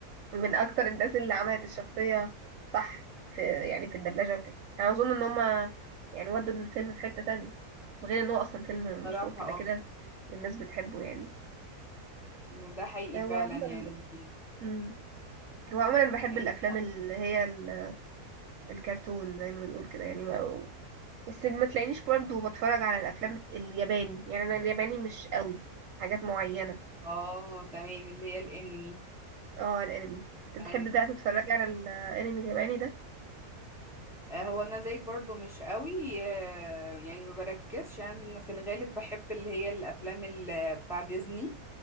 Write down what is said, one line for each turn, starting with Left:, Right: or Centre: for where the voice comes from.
Right: من اكتر الناس اللي عملت الشخصية صح في يعني في الدبلجة وكده انا اظن ان هما يعني ودوا الفيلم في حتة تانية غير ان هو اصلا فيلم
Centre: صراحة
Right: مشهور كده
Centre: اه
Right: كده الناس بتحبه يعني
Centre: ده حقيقي
Right: هو
Centre: فعلا
Right: عموما
Centre: يعني
Right: مم. هو عموما انا بحب
Centre: يعني
Right: الافلام اللي هي ال- الكرتون زي ما بنقول كده يعني ما... بس ما تلاقينيش برضو بتفرج على الافلام بت- الياباني يعني انا الياباني مش قوي حاجات معينة
Centre: اه تمام اللي هي الانمي
Right: اه الانمي انت بتحب
Centre: تمام
Right: بقى تتفرج على الانمي الياباني ده
Centre: آه، هو انا زيك برضو مش قوي آه، يعني ما بركزش انا في الغالب بحب اللي هي الافلام ال- بتاع ديزني